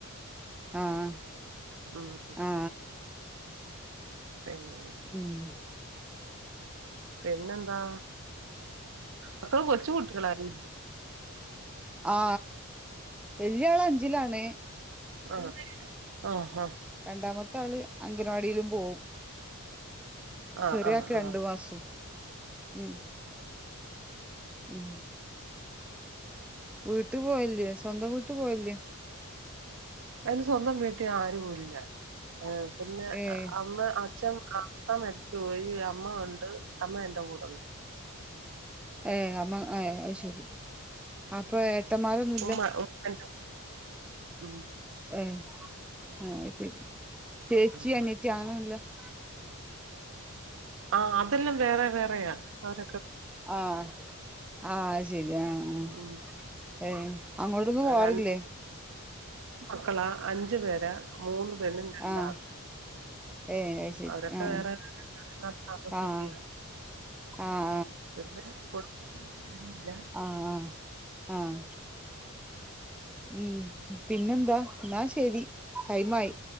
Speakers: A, in the centre; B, on the right (about 60°).
A: ആ. ആഹ്,
B: ഉം
A: ആ.
B: പിന്നെ
A: ഉം.
B: പിന്നെന്താ, മക്കള് കൊച്ചു കുട്ടികളായി.
A: ആ, വല്യാൾ, അഞ്ചിലാണ്.
B: ആ, ആഹ, ആഹ.
A: രണ്ടാമത്താള്, അംഗനവാടിലും, പോവും.
B: ആഹ്
A: ചെറിയാക്ക്,
B: ആഹ്
A: രണ്ട്
B: ആഹ്
A: മാസോം, ഉം. ഉം. വീട്ട്, പോവൽല്ലേ, സ്വന്തം വീട്ട്, പോവൽല്ലെ.
B: അയ്ന്, സ്വന്തം വീട്ടി ആരൂല്ല, പിന്നെ,
A: ഏഹ്
B: അമ്മ, അച്ഛൻ അപ്പ, മരിച്ചു പോയി, അമ്മ ഉണ്ട്, അമ്മ, എന്റെ കൂടൊണ്ട്.
A: ഏ, അമ്മ, ഏ, അയ്ശരി, അപ്പൊ, ഏട്ടന്മാരൊന്നുല്ല.
B: ഉമ്മ ഉമ്മ എന്റെ ഉം
A: ഏ, ആ, അയ്ശരി, ചേച്ചി,
B: പിന്നെ
A: അനിയത്തി, <unintelligible>
B: ആ, അതെല്ലാം, വേറെ, വേറെയാ അവര
A: ആഹ്, ആഹ്, അശെരി, ആഹ്, ആഹ്.
B: ഉം
A: ഏയ്, അങ്ങോട്ടൊന്നും, പോവാറില്ലേ.
B: രണ്ട് മക്കളാ, അഞ്ചു പേര, മൂന്ന്, പെണ്ണും, രണ്ടാണും.
A: ആഹ് ഏഹ് അത് ശരി
B: അവരൊക്കെ,
A: ആഹ്
B: വേറെ, വേറെ, <inaudible> താമസിക്കുഅ,
A: ആഹ് ആഹ്
B: പിന്നെ <unintelligible> ല്ല.
A: ആഹ് ആഹ് ആഹ് ഉം, പിന്നെന്താ, ന്നാശെരി, ടൈമായി.